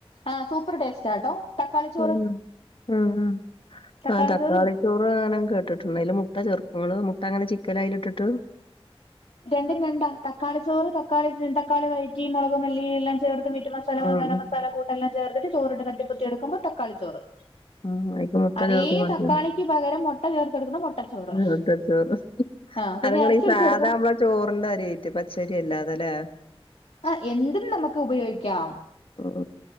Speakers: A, on the left (about 90°); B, on the left (about 60°).
A: ആഹ് സൂപ്പർ ടേസ്റ്റാട്ടോ. തക്കാളിച്ചോറ്
B: ഉം ഉം ഉം
A: തക്കാളിച്ചോറ്
B: അ തക്കാളിക്കു
A: ഇതും
B: പാ നൻ കേട്ടിട്ടുണ്ട് അയില് മുട്ട ചേർക്കുമള് മുട്ടങ്ങനെ ചിക്കനയിലിട്ട്ട്ട്.
A: രണ്ടും രണ്ടാ തക്കാളി ചോറ് തക്കാളി തക്കളി വയറ്റിയും മുളകും മല്ലിയും എല്ലാം ചേർത്ത് മീറ്റ്‌ മസ് മസലാകാര
B: ഉം ഉം
A: മസാല കൂട്ട എല്ലാം ചേർത്തിട്ട് ചോറിട്ട് തട്ടിപ്പത്തി എടുക്കുമ്പോ തക്കാളിചോറ്.
B: ഉം അയിക്ക് മുട്ട
A: അതേ
B: ചേർക്കും അത്
A: തക്കാളിക്ക് പകരം മുട്ട ചേർത്തെടുക്കുന്ന മുട്ടച്ചോറ്
B: മുട്ടച്ചോറ്
A: ആഹ്‌ പിന്നെ
B: അതങ്ങള്
A: ഇറച്ചി
B: ഈ സാധാ
A: വെച്ച എടുക്കുവ
B: നമ്മളെ ചോറിന്റെ അരിയായിട്ട് പച്ചരി അല്ലാതെ ല്ലെ.
A: ആ എന്തും നമുക്ക് ഉപയോഗിക്കാം
B: ഉം ഉം.